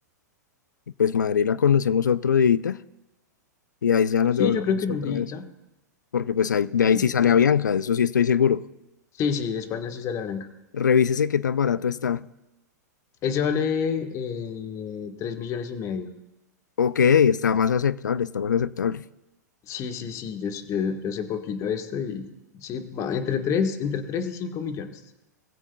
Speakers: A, on the left; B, on the left.
A: Y pues Madrid la conocemos otro día y ahí ya nos
B: Sí,
A: devolvemos
B: yo creo que en
A: otra
B: un día,
A: vez, porque pues ahí, de
B: un
A: ahí
B: día.
A: sí sale Avianca, de eso sí estoy seguro.
B: Sí, sí, de España sí sale blanca.
A: Revísese qué tan barato está.
B: Ese vale eh, 3 millones y medio.
A: Ok, está más aceptable, está más aceptable.
B: Sí, sí, sí, yo, yo, yo sé poquito de esto y sí, va entre tres entre 3 y 5 millones.